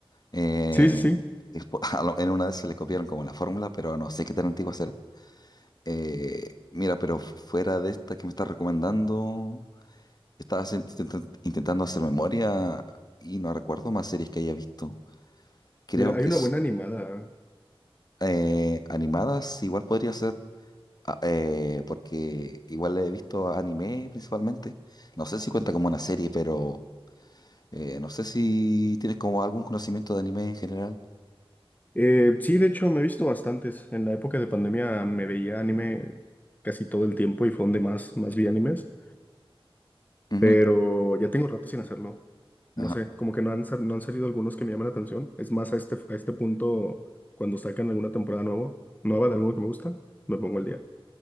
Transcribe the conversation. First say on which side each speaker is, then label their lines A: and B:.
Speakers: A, on the left (about 45°); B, on the left (about 15°).
A: eh,
B: Sí, sí, sí.
A: es po- <laughs> a lo- en una vez se le copiaron como la fórmula, pero no sé qué tan antigua será. Eh, mira, pero fuera de esta que me estás recomendando... Estaba sen- intenta- intentando hacer memoria y no recuerdo más series que haya visto. Creo
B: Mira,
A: que
B: hay una
A: s-
B: buena animada.
A: eh, animadas igual podría ser, ah, eh, porque igual he visto anime principalmente. No sé si cuenta como una serie, pero eh, no sé si tienes como algún conocimiento de anime en general.
B: Eh, sí, de hecho, me he visto bastantes. En la época de pandemia me veía anime casi todo el tiempo y fue donde más, más vi animes,
A: Ujú,
B: pero ya tengo rato sin hacerlo.
A: ajá.
B: No sé, como que no han, sa- no han salido algunos que me llaman la atención. Es más, a este, a este punto, cuando sacan alguna temporada nuevo, nueva de alguno que me gusta, me pongo al día.